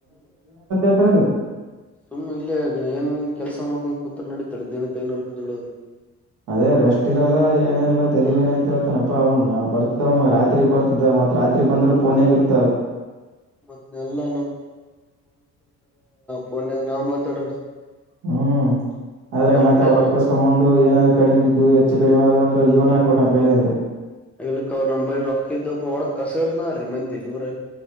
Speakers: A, on the right; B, in the centre.
A: ಅತ್ರದು
B: ಸುಮ್ಮ್ ಇಲ್ಲಿಯ ಏನ್ ಕೆಲ್ಸ ಮಾಡ್ಕೊಂಡು ಕುೂಂತರ ನಡೀತಾಳೆ ದೇನಕ್ಕೆ ಐನೂರಪ್ಪ ದದುಡೋದೆ
A: ಅದೇ ರೆಸ್ಟ್ ಇರಲ್ಲ ಏನ ಇರಲ್ಲಾೆಲವೇನ
B: ಹಾ ರೀ
A: ಅಂತ
B: ಮತ್
A: ಹೇಳ್ತಾನಪ್ಪಾ ಅವ್ನು ನಮ್ ಬರ್ತದವ ರಾತ್ರಿ ರಾತ್ರಿಗ್ ಬರ್ತದೆ ಮತ್ತ ರಾತ್ರಿ ಬಂದ್ರೆ ಪೋನಗ ಇರ್ತ
B: ಮತ್ ಎಲ್ಲಾ ಪೋನ್ ನಾ ಮಾತಾಡ
A: ಹ್ಮ್ ಅದ್ರಾಗ ಮತ್ತ
B: ನಡಲ್ರಿ
A: ಅವ್ರುಕ್ಕಸ್ಕೊಂಡ್ ಬಂದು ಏನಾದ್ರು ಕಡಿಮ ಬಿದ್ದು ಹೆಚ್ಚ ಕಡಿಮೆ ಅಂದ್ರೆ ಇವನ ಹಕ್ಬೇಕ ಅಂತ ಕೈಲೆಂದು
B: ಇಕ್ಕ ನಂಬೈಲ್ ರೊಕ್ಕಿದ್ದಪ್ಪ ಒಡದ್ ಕಸರ್ ನ ರೀ ಮಂದಲ್ಲಿ ಊರ